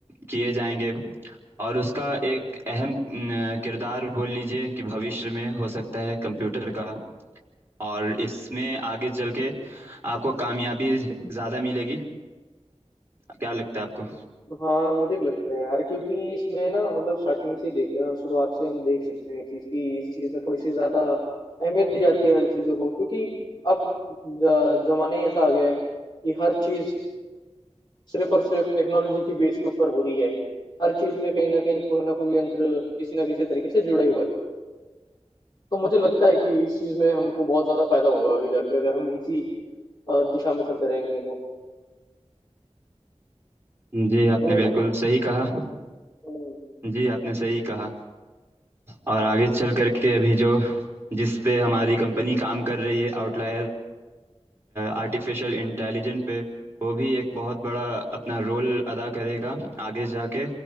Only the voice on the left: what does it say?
हाँ मुझे भी लगता है यार क्योंकि इसमें ना मतलब स्टार्टिंग से ही देख अ, शुरुआत से हम देख सकते हैं चीज की इस चीज में थोड़ी सी ज्यादा अहमियत दी जाती है हर चीजों को क्योंकि अब ज- जमाना ही ऐसा आ गया है कि हर चीज सिर्फ और सिर्फ टेक्नोलॉजी की बेस के ऊपर हो रही है हर चीज में कहीं ना कहीं कोई ना कोई यंत्र किसी ना किसी तरीके से जुड़ा ही हुआ है तो मुझे लगता है कि इस चीज में हमको बहुत ज्यादा फायदा होगा आगे जाके अगर हम इसी अ, दिशा में चलते रहेंगे तो
तुम्हें
क्या लगता
है